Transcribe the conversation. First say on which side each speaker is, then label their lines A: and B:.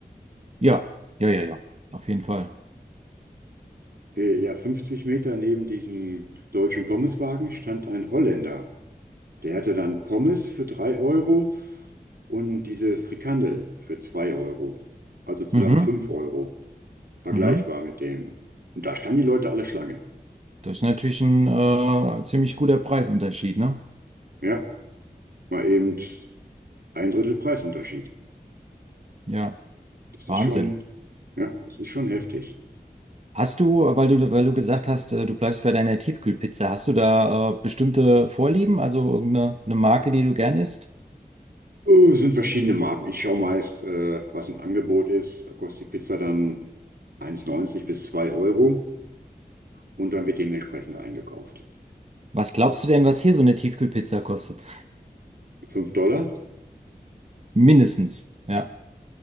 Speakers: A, on the right; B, on the right.
A: Ja, ja, ja, ja. Auf jeden Fall.
B: Äh, ja, 50 Meter neben diesem deutschen Pommeswagen stand ein Holländer. Der hatte dann Pommes für 3 Euro und diese Frikandel für 2 Euro. Also zusammen
A: Mhm,
B: 5 Euro. Vergleichbar
A: mhm.
B: mit dem. Und da standen die Leute alle Schlange.
A: Das ist natürlich ein äh, ziemlich guter Preisunterschied, ne?
B: Ja, mal eben ein Drittel Preisunterschied.
A: Ja,
B: Das
A: Wahnsinn.
B: ist schon, ja, das ist schon heftig.
A: Hast du, weil du, weil du gesagt hast, äh, du bleibst bei deiner Tiefkühlpizza, hast du da äh, bestimmte Vorlieben, also irgendeine eine Marke, die du gern isst?
B: Oh, es sind verschiedene Marken. Ich schaue meist, äh, was ein Angebot ist. Da kostet die Pizza dann 1,90 bis 2 Euro und dann wird dementsprechend eingekauft.
A: Was glaubst du denn, was hier so eine Tiefkühlpizza kostet?
B: 5 Dollar?
A: Mindestens, ja.